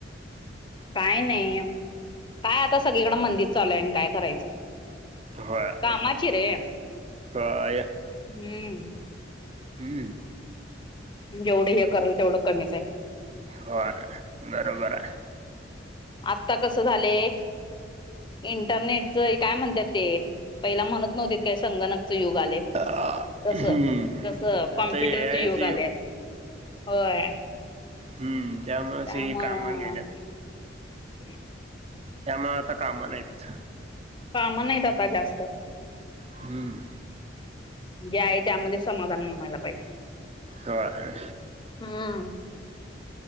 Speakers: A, on the left; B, on the right.
A: काय नाई, काय आता सगळीकडं मंदि चालूआय आणि काय करायचं?
B: व्हय,
A: कामाची रे
B: व्हय.
A: हम्म
B: हम्म
A: जेवढं हे करल तेवढं कमीच आय.
B: व्हय, बरोबर आय.
A: आत्ता कसं झाले, इंटरनेट चय काय म्हणत्यात ते, पहिला म्हणत नव्हतीत काय संगणक. युग आले
B: हम्म
A: तसं, तसं कॉम्प्युटरचं
B: आता ए आयच
A: युग आले आत. होय
B: हम्म त्यामुळं
A: त्यामुळं
B: सगळी कामं गेल्यात.
A: <inaudible>
B: त्यामुळं आता कामं नाहीत.
A: कामं नाहीत आता जास्त.
B: हम्म
A: जे आहे त्यामध्ये समाधान मनाला पाहिज.
B: व्हय.
A: हम्